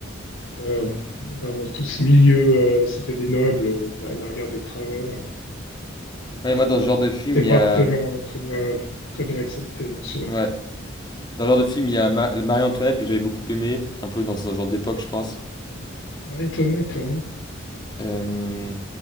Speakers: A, on the left; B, on the left.
A: euh, vraiment, tout ce milieu, euh, c'était des nobles, euh, il la, il la regardait de travers. Elle
B: Ouais, moi, dans ce genre de film,
A: n'était
B: il
A: pas
B: y a.
A: tellement- très bien, très bien acceptée, bien sûr.
B: Ouais. Dans ce genre de film, il y a Ma- Marie-Antoinette que j'avais
A: Euh,
B: beaucoup aimé, un peu dans ce genre d'époque, je pense.
A: Marie-Antoinette, ouais.
B: Euh,